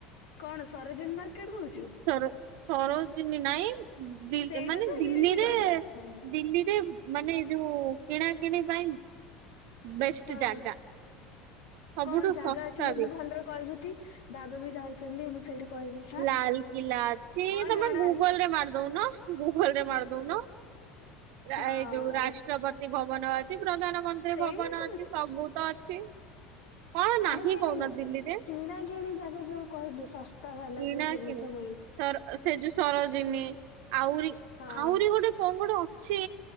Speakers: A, on the left; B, on the right.
A: କଣ ସରୋଜିନ ମାର୍କେଟ କହୁଛୁ?
B: ସର ସରୋଜିନୀ ନାଇଁ ନ ଦିଲ୍ଲୀ
A: ସେଇଟା
B: ମାନେ
A: ତ
B: ଦିଲ୍ଲୀରେ
A: ଇଏଠି ରହିଲା ହଁ
B: ଦିଲ୍ଲୀରେ ମାନେ ଏ ଯୋଉ କିଣାକିଣି ପାଇଁ ବେଷ୍ଟ
A: ହଁ।
B: ଜାଗା। ସବୁଠୁ
A: କଣ ଜାଗା
B: ଶସ୍ତା
A: ଅଛି ମତେ
B: ବି
A: ଭଲରେ କହିବୁ ତି ବାବା ବି ଯାଉଛନ୍ତି ମୁଁ ସେଇଠି କହିବି ହାଁ।
B: ଲାଲକିଲ୍ଲା ଅଛି
A: ହଁ
B: ତମେ
A: ଜଣା
B: ଗୁଗଲ
A: ଅଛି
B: ରେ ମାରି ଦଉନ ଗୁଗଲ ରେ ମାରି ଦଉନ।
A: ହଁ
B: ଏଇ ଯୋଉ ରାଷ୍ଟ୍ରପ ତି ଭବନ ଅଛି ପ୍ରଧାନମନ୍ତ୍ରୀ
A: ସେଇଟା
B: ଭବନ
A: ତ
B: ଅଛି ସବୁ ତ ଅଛି। କଣ
A: ଆରେ
B: ନାହିଁ
A: ନାଇଁ
B: କହୁନ
A: ନାଇଁ
B: ଦିଲ୍ଲୀରେ?
A: କିଣା କିିଣି ଜାଗା ଯୋଉ କହିଲୁ ଶସ୍ତା ବାଲା
B: କିଣା
A: ଯୋଉ ଜିନିଷ
B: କିଣି
A: ମିଳୁଛି
B: ସର ସେ ଯୋ ସରୋଜିନୀ ଆଉରି
A: ହଁ।
B: ଆହୁରି ଗୋଟେ କଣ ଗୋଟେ ଅଛି